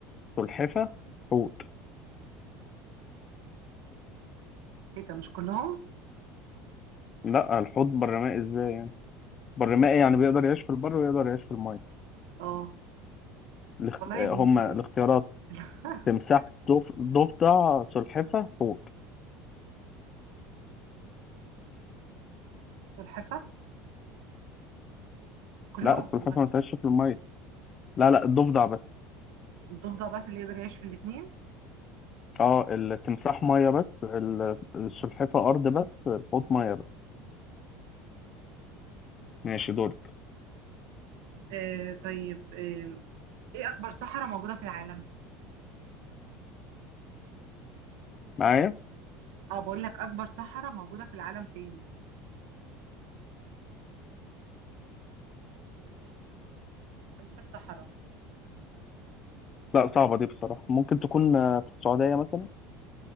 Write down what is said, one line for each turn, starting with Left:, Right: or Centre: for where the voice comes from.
Left: سلحفة حوت
Right: إيه ده مش كلهم؟
Left: لا الحوت برمائي ازاي برمائي يعني بيقدر يعيش في البر ويقدر يعيش في الماء
Right: أه
Left: الاخت...
Right: والله
Left: آه،
Right: بي
Left: هما
Right: بي
Left: الاختيارات
Right: <laughs>
Left: تمساح ضف... ضفدع سلحفة حوت
Right: سلحفة كلهم
Left: لا السلحفة
Right: والله
Left: ما تعيش في الماء لا لا الضفدع بس
Right: ضفدة بس اللي يقدر يعيش في الاثنين.
Left: اه التمساح مية بس ال- السلحفة أرض بس الحوت مية بس ماشي دورك
Right: ااا طيب آه، ايه أكبر سحرة موجودة في العالم؟
Left: معايا
Right: اقول لك أكبر سحرة موجودة في العالم فيين؟ أكبر سحرة؟
Left: لا صعبة دي بصراحة ممكن تكون آه، في السعودية مثلا